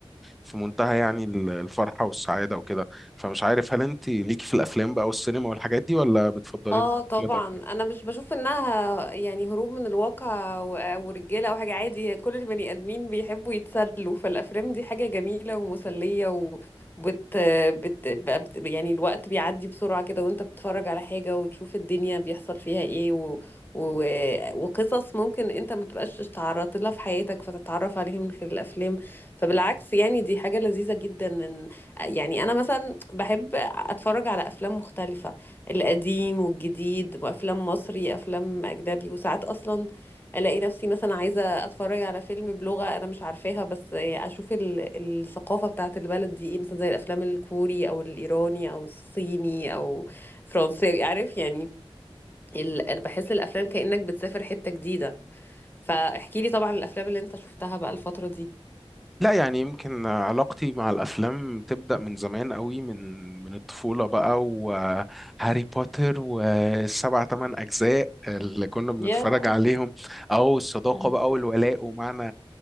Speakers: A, in the centre; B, on the left.
A: في منتهى يعني ال- الفرحه والسعاده وكده فمش عارف هل انت ليكي في الافلام بقى والسينما والحاجات دي ولا بتفضلي
B: اه طبعا
A: المسلسلات
B: انا مش بشوف انها يعني هروب من الواقع و- ورجاله او حاجه عادي كل البني ادمين بيحبوا يتسلوا فالافلام دي حاجه جميله ومسليه وبت بت بت يعني الوقت بيعدي بسرعه كده وانت بتتفرج على حاجه وتشوف الدنيا بيحصل فيها ايه و... و... وقصص ممكن انت ما تبقاش اتعرضت لها في حياتك فتتعرف عليها من خلال الافلام فبالعكس يعني دي حاجه لذيذه جدا ان يعني انا مثلا بحب اتفرج على افلام مختلفه القديم والجديد وافلام مصري افلام اجنبي وساعات اصلا الاقي نفسي مثلا عايزه اتفرج على فيلم بلغه انا مش عارفاها بس اشوف ال- الثقافه بتاعه البلد دي ايه مثلا زي الافلام الكوري او الايراني او الصيني او فرنساوي عارف يعني ال... انا بحس الافلام كانك بتسافر حته جديده فاحكي لي طبعا الافلام اللي انت شفتها بقى الفتره دي
A: لا يعني يمكن علاقتي مع الأفلام تبدأ من زمان قوي من من الطفولة بقى وهاري بوتر والسبع تمن أجزاء اللي كنا بنتفرج
B: يا
A: عليهم أو الصداقة
B: مم.
A: بقى والولاء ومعنى